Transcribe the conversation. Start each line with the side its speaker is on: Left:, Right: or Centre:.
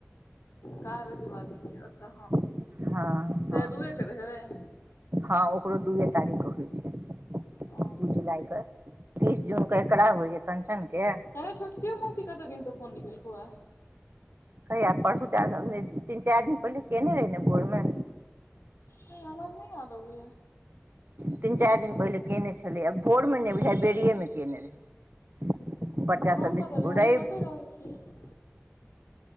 Left: कारज वाली के अच्छा
Right: हँ
Left: कहिया
Right: हँ
Left: दुए के रहै
Right: हँ ओकरो दूए तारीख होइ छै
Left: ओ
Right: दू जुलाइ क तीस जून के एकरा होइय कञ्चनके
Left: नहि छोटकियो मौसी कते दिनसँ फोन नय कायलको अय
Right: कहिया परसु चाराम दिन तीन चार दिन पहिले केने रहि न भोरमे
Left: नहि हमरा नहि याद आबयये
Right: तीन चारि दिन पहिले केने छलै आ भोर मे नहि बुझाइ बेड़ियए मे कयने रह
Left: तऽ
Right: बच्चा
Left: हम
Right: सभ बीस
Left: कतऽ रही हमहूँ
Right: रैब
Left: तऽ ओतहि रहै छी